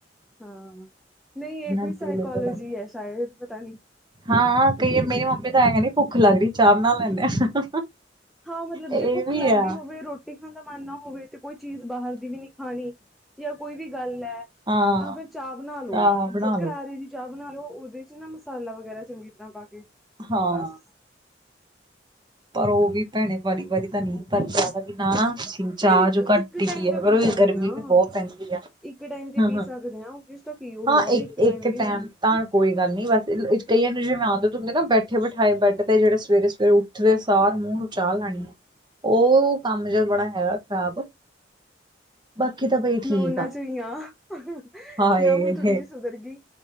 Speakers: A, in the centre; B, on the right (about 25°).
A: ਹਾਂ, ਨਹੀਂ ਇਹ ਕੋਈ
B: ਦਿਲ
A: ਸਾਈਕੋਲੋਜੀ
B: ਜਾ ਲੱਗਦਾ।
A: ਹੈ ਸ਼ਾਇਦ ਪਤਾ ਨਹੀਂ।
B: ਹਾਂ ਕਈ ਮੇਰੀ ਮੰਮੀ ਤਾਂ ਐਂ ਕਹਿੰਦੀ ਭੁੱਖ ਲੱਗਦੀ ਚਾਹ ਬਣਾ ਲੈਂਦੇ ਆ।
A: ਹਾਂ ਮਤਲਬ
B: ਇਹ
A: ਜੇ ਭੁੱਖ
B: ਵੀ
A: ਲੱਗਦੀ
B: ਆ।
A: ਹੋਵੇ ਰੋਟੀ ਖਾਣ ਦਾ ਮਨ ਨਾ ਹੋਵੇ। ਤੇ ਕੋਈ ਚੀਜ਼ ਬਾਹਰ ਦੀ ਵੀ ਨਹੀਂ ਖਾਣੀ ਜਾਂ ਕੋਈ ਵੀ ਗੱਲ ਹੈ।
B: ਹਾਂ
A: ਤਾਂ ਫਿਰ ਚਾਹ ਬਣਾ ਲੋ
B: ਚਾਹ ਬਣਾ
A: ਬਸ
B: ਲੋ
A: ਕਰਾਰੀ ਦੀ ਚਾਹ ਬਣਾ ਲੋ ਉਹਦੇ 'ਚ ਨਾ ਮਸਾਲਾ ਵਗੈਰਾ। ਚੰਗੀ ਤਰ੍ਹਾਂ ਪਾ ਕੇ।
B: ਹਾਂ।
A: ਬਸ
B: ਪਰ ਉਹ ਵੀ ਭੈਣੇ ਵਾਰੀ-ਵਾਰੀ ਤਾਂ ਨਹੀਂ ਪਰ ਚਾਹ ਬਿਨਾਂ ਨਾ। ਤੁਸੀਂ ਚਾਹ
A: ਯਾਰ ਇੱਕ
B: ਚੁ ਘੱਟ
A: ਇੱਕ
B: ਹੀ
A: ਟਾਈਮ
B: ਪਇਆ
A: ਤਾਂ
B: ਕਰੋ
A: ਪੀ ਸਕਦੇ
B: ਇਹ ਗਰਮੀ
A: ਹਾਂ
B: ਵੀ ਬਹੁਤ ਪੈਂਦੀ ਹੈ।
A: ਇੱਕ ਟਾਈਮ ਤੇ
B: ਹਾਂ-ਹਾਂ-ਹਾਂ,
A: ਪੀ ਸਕਦੇ ਹਾਂ ਉਹਦੇ ਚ ਤਾਂ ਕੀ ਉਹ ਆ ਵੀ
B: ਇੱਕ ਇੱਕ
A: ਵੀ
B: ਟਾਈਮ
A: ਨਹੀਂ
B: ਤਾਂ ਕੋਈ ਗੱਲ ਨਹੀਂ ਬਸ ਕਈਆਂ। ਜਿਵੇਂ ਆਦਤ ਹੁੰਦੀ ਹਾਂ ਨਾ ਬੈਠੇ-ਬੈਠਾਏ ਬੈਡ ਤੇ ਜਿਹੜੇ ਸਵੇਰੇ-ਸਵੇਰੇ, ਉੱਠ ਦੇ ਸਾਰ ਮੂੰਹ ਨੂੰ ਚਾਹ ਲੈਣੀ ਉਹ ਕੰਮ ਜਿਹਾ ਬੜਾ ਹੈਗਾ ਖ਼ਰਾਬ। ਬਾਕੀ ਤਾਂ ਬਈ ਠੀਕ
A: ਮੈਂ ਉਹਨਾਂ
B: ਆ
A: ਚੋਂ ਹੀ ਹਾਂ
B: ਹਾਏ
A: ਮੈਂ ਹੁਣ ਥੋੜ੍ਹੀ ਜਿਹੀ ਸੁਧਰ ਗਈ।